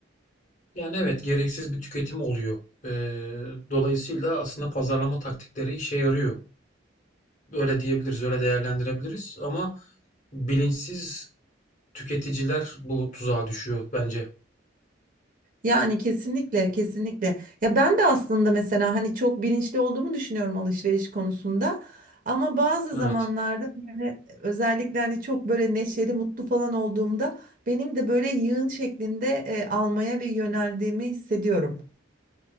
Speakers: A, on the left; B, on the right.
A: Yani evet gereksiz bir tüketim oluyor. E, dolayısıyla aslında pazarlama taktikleri işe yarıyor. Öyle diyebiliriz, öyle değerlendirebiliriz ama bilinçsiz Tüketiciler bu tuzağa düşüyor bence.
B: Yani kesinlikle kesinlikle. Ya ben de aslında mesela hani çok bilinçli olduğumu düşünüyorum alışveriş konusunda. Ama bazı
A: Evet.
B: zamanlarda böyle özellikle hani çok böyle neşeli, mutlu falan olduğumda benim de böyle yığın şeklinde e, almaya bir yöneldiğimi hissediyorum.